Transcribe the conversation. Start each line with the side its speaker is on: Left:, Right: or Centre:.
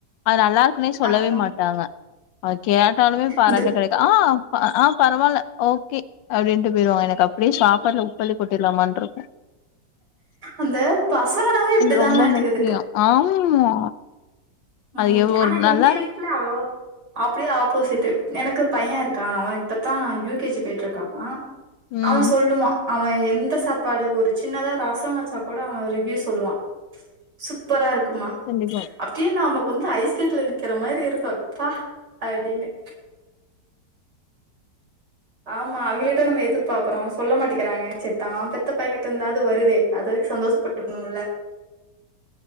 Left: அது நல்லா இருக்குனே சொல்லவே
Right: ஆ ஆ
Left: மாட்டாங்க அது கேட்டாலுமே பாராட்டு
Right: இந்த
Left: கிடைக்கும் ஆஹ் ஆஹ பரவாயில்ல ஓகே அப்படின்னுட்டு போயிடுவாங்க எனக்கு அப்படி சாப்பாடுல உப்பல்லி கொட்டிடலாமான்னு இருக்கும்
Right: அந்த பசங்கனாவ இப்படிதானருக்கு
Left: ரொம்ப முக்கியோ ஆமா
Right: உம்
Left: அது எவ்
Right: ஆனா
Left: ஒரு நல்லா
Right: எங்க
Left: இருக்கு
Right: வீட்ல அப்டியே ஆப்போஷிட்டு எனக்கு பையன் இருக்கான் அவன் இப்பத்தான் யூ கே ஜி போயிட்டு இருக்கான்
Left: ம்
Right: அவன் சொல்லுவா அவன் எந்த சாப்பாடு ஒரு சின்னதா ரசம் வச்சா கூட அவன் ரிவ்யூ சொல்லுவான் சூப்பரா இருக்குமா
Left: கண்டிப்பா
Right: அப்டியே நாம கொஞ்சம் ஐஸ் கட்டில நிக்கிற மாரி இருக்கும் அப்பா அப்டின்னு ஆமா அவைங்கள்ட்ட நம்ம எதிர்பாக்குறோம் சொல்ல மாட்டிக்கிறாங்க சேர் தான் பெத்த பையங்கிட்டு இருந்தாவது வருதே அது வரைக்கும் சந்தோஷப்பட்டுக்கணும்ல